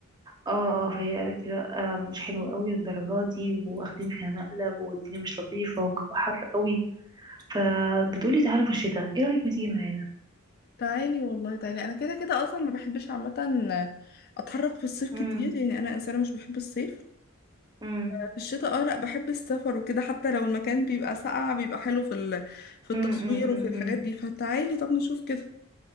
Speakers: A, on the right (about 20°); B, on the left (about 45°).
A: اه آه، فهي قالت لي لا آه، مش حلوة قوي الدرجات دي واخدين فيها مقلب والدنيا مش لطيفة والجو حر قوي فبتقولي تعالوا في الشتاء ايه رأيك ما تيجي معانا
B: تعالي والله تعالي انا كده كده اصلا ما بحبش عامه اتحرك في الصيف كتير
A: امم
B: يعني انا انسانه مش بحب الصيف
A: امم
B: في الشتاء اه لا بحب السفر وكده حتى لو المكان بيبقى ساقع بيبقى حلو في ال... في التصوير
A: امم
B: وفي الحاجات دي فتعالي طب نشوف كده